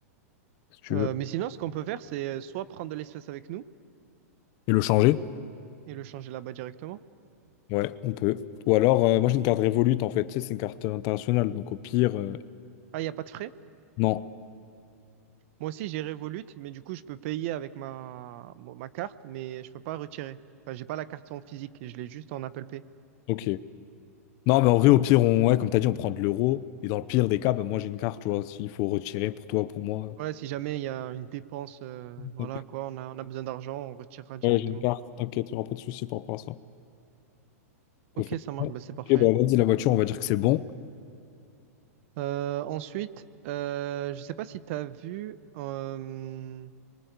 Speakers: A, on the left (about 45°); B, on the right (about 55°).
A: si tu
B: euh,
A: veux.
B: mais sinon, ce qu'on peut faire, c'est euh, soit prendre de l'espèce avec nous
A: Et le changer.
B: et le changer là-bas directement.
A: Ouais, on peut. Ou alors, euh, moi, j'ai une carte Revolut, en fait. Tu sais, c'est une carte internationale, donc au pire... euh,
B: Ah, il n'y a pas de frais?
A: Non.
B: Moi aussi, j'ai Revolut, mais du coup, je peux payer avec ma, mo- ma carte, mais je peux pas retirer. Enfin, j'ai pas la carte en physique, je l'ai juste en Apple Pay.
A: Ok. Non, mais en vrai, au pire, on... ouais, comme t'as dit, on prend de l'euro. Et dans le pire des cas, bah, moi, j'ai une carte, tu vois, s'il faut retirer pour toi, pour moi.
B: Ouais, si jamais il y a une dépense, euh, voilà
A: Ok.
B: quoi, on a, on a besoin d'argent, on retirera directement.
A: Ouais, j'ai une carte, t'inquiète, il n'y aura pas de souci par rapport à ça. On
B: Ok,
A: peut faire
B: ça marche,
A: ça. Ok,
B: bah, c'est parfait.
A: bah vas-y, la voiture, on va dire que c'est bon.
B: Euh, ensuite, euh, je sais pas si tu as vu euh,